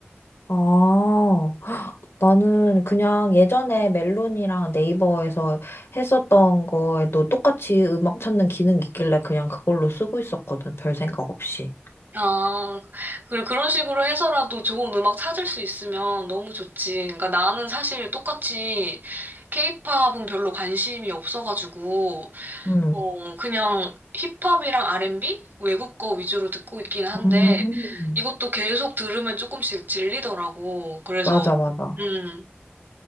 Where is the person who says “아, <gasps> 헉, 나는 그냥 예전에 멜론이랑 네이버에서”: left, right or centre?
Left